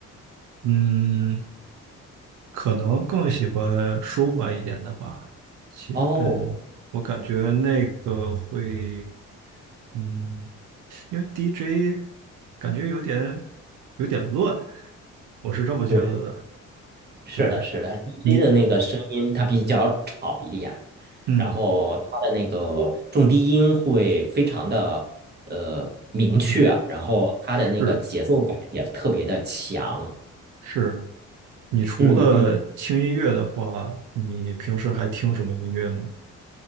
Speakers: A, on the right (about 80°); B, on the right (about 35°).
A: 嗯，可能更喜欢舒缓一点的吧。其嗯，
B: 哦。
A: 我感觉那个会，嗯，因为 DJ 感觉有点有点乱，我是这么觉得的。
B: 对。是的，
A: 对
B: 是的，DJ
A: 你，
B: 的那个声音它比较吵一点，
A: 嗯
B: 然后它的那个重低音会非常的呃明确，
A: 嗯，
B: 然后它的那个节奏感也特别的强。
A: 是是。你除了轻音乐的话，
B: 嗯嗯。
A: 你平时还听什么音乐吗？